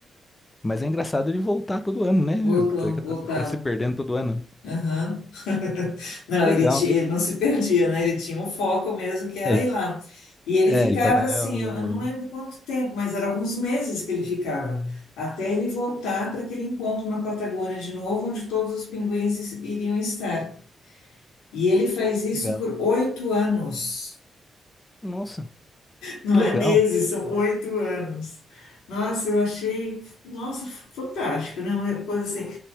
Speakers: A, on the left; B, on the left.
A: Mas é engraçado ele voltar todo ano, né?
B: voltou,
A: Tá,
B: voltava.
A: tá- tá- tá se perdendo todo ano.
B: Aham. <laughs> Não,
A: Legal,
B: ele, ti- ele
A: gost-
B: não se perdia, né? Ele tinha um foco mesmo que era
A: é, Ele,
B: ir lá. E ele
A: é,
B: ficava
A: ele tá vendo.
B: assim,
A: eu-
B: eu eu não lembro quanto tempo, mas era alguns meses que ele ficava, até ele voltar para aquele encontro na Patagônia de novo, onde todos os pinguins is- iriam estar. E ele faz isso
A: Legal.
B: por oito anos.
A: Nossa,
B: Não
A: que legal,
B: é meses, são oito anos. Nossa, eu achei, nossa, fantástico, né? Uma coisa assim,